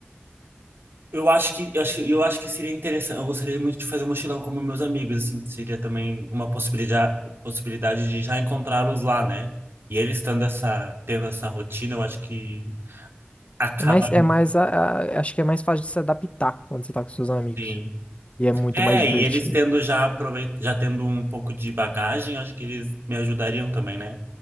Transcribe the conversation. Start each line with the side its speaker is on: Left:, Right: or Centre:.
Right: Eu acho que, eu acho, eu acho que seria interessante. Eu gostaria muito de fazer um mochilão como meus amigos, assim. Seria também uma possibilidade, possibilidade de já encontrá-los lá, né? E eles tendo essa, tendo essa rotina, eu acho que acaba,
Left: É mais, é mais, a- a- acho que é mais fácil de se adaptar quando você tá com seus amigos.
Right: assim,
Left: E é muito
Right: É,
Left: mais divertido.
Right: e eles tendo já aproveit... já tendo um pouco de bagagem, acho que eles me ajudariam também, né?